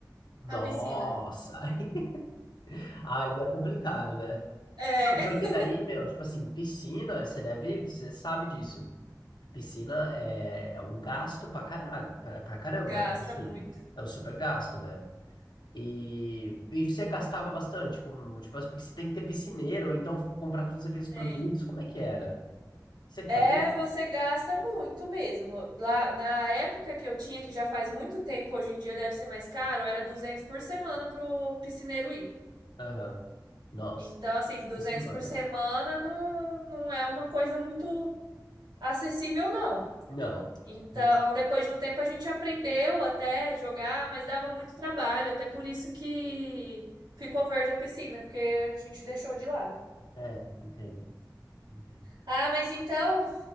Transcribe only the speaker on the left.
Nossa.
<laughs> Aí é complicado, né?
Não, porque
daí, meu, tipo assim, piscina, você deve, você sabe disso. Piscina é, é um gasto pra caralho, pra, pra caramba,
né? Assim,
é um super gasto, né? E, e você gastava bastante com, tipo, porque você tem que ter piscineiro, ou então comprar todos aqueles produtos,
como é que era? Você que
fazia?
Aham. Nossa,
por semana.
Não.
Hum,
É, entendo, entendo.